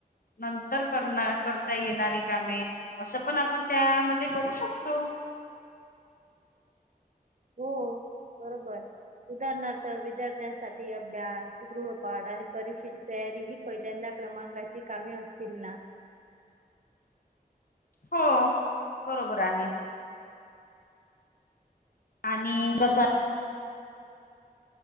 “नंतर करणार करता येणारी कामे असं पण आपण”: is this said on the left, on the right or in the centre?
Left